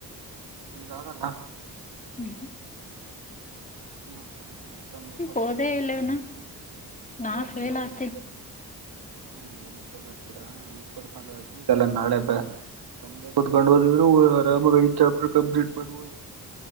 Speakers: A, on the right (about 70°); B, on the left (about 20°).
A: ಈಗ ಆ ಗಲ್ಲಾ
B: ಹ್ಮ್ ಹ್ಮ
A: ಮ ನ ಗ ಮ
B: ಹೋದೇ
A: ಬರಬೇಕುಡ
B: ಇಲ್ಲೇನು
A: <inaudible>
B: ನಾ ಫೇಲ್ ಆತೀನಿ
A: ಹ್ಮ ಎಲ್ಲಿ ಕೇಳಾಡ್ತೀರಾ ಈಗ ಕುರ್ಕೊಂಡ ಈಗಲ್ಲ ನಾಳೆ ಬ <unintelligible> ಕತ್ಕೊಂಡ್ ಬದಿದ್ರು ಆರಾಮಾಗಿ ಐ ಚಾಪ್ಟರ್ ಕಂಪ್ಲೀಟ್ ಮಾಡ್ಬಹುದು